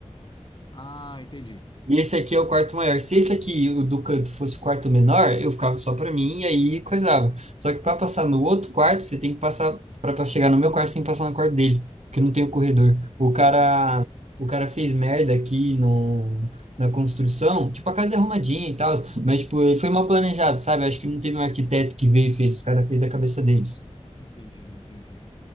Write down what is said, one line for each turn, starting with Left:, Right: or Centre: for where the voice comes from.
Left: Ah, entendi.
Right: E esse aqui é o quarto maior. Se esse aqui, o do canto, fosse o quarto menor, eu ficava só para mim e aí coisava. Só que para passar no outro quarto, você tem que passar para chegar no meu quarto, você tem que passar no quarto dele, porque não tem o corredor. O
Left: Ah,
Right: cara, o cara fez merda aqui no, na construção, tipo a casa é arrumadinha e tal, mas tipo, ele foi mal planejado, sabe? Acho que não teve um arquiteto que veio e fez, os caras fez da cabeça deles.
Left: entendi, entendi.